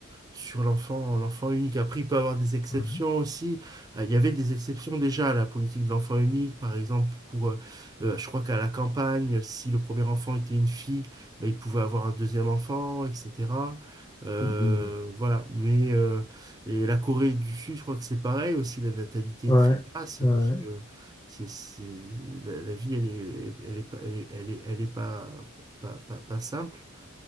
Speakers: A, on the right (about 20°); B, on the left (about 15°).
A: sur l'enfant, l'enfant unique. Après, il peut avoir des exceptions
B: Ouais.
A: aussi. Euh, il y avait des exceptions déjà à la politique de l'enfant unique. Par exemple, pour, euh, euh, je crois qu'à la campagne, si le premier enfant était une fille, ben, il pouvait avoir un deuxième enfant, etc. Euh,
B: Mhm.
A: voilà. Mais euh, et la Corée du Sud, je crois que c'est pareil aussi. La natalité
B: Ouais,
A: est très basse
B: ouais,
A: parce que c'est, c'est, la, la vie, elle est, elle est, pas- elle est, elle est, elle est pas, pas, pas, pas simple.